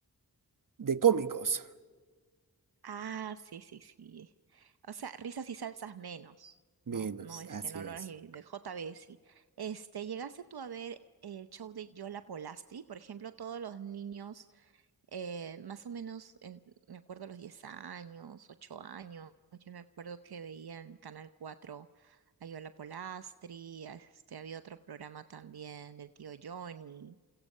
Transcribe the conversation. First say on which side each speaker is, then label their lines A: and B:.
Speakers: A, on the right; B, on the right.
A: de cómicos.
B: Ah, sí, sí, sí. O sea, risas y salsas menos,
A: Menos,
B: ¿no? No, este,
A: así
B: no lo
A: es.
B: harás de de JB, sí. Este, ¿llegaste tú a ver el show de Yola Polastri? Por ejemplo, todos los niños, eh, más o menos, en- me acuerdo los 10 años, 8 años, yo me acuerdo que veía en Canal 4 a Yola Polastri, a este, había otro programa también del tío Johnny.